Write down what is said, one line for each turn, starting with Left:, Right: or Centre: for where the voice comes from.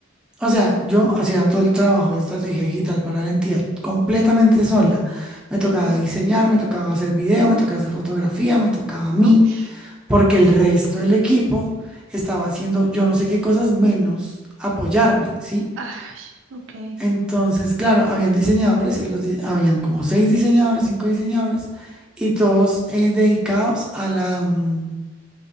Centre: o sea, yo hacía todo el trabajo de estrategia digital para la entidad completamente sola. Me tocaba
Right: ujú.
Centre: diseñar, me tocaba hacer video, me tocaba hacer fotografía, me tocaba a mí
Right: Ush.
Centre: porque el resto del equipo estaba haciendo yo no sé qué cosas menos apoyarme, ¿sí?
Right: Ah, ok,
Centre: Entonces, claro, habían diseñadores y los di- habían como seis diseñadores, cinco diseñadores y todos eh, dedicados a la mm,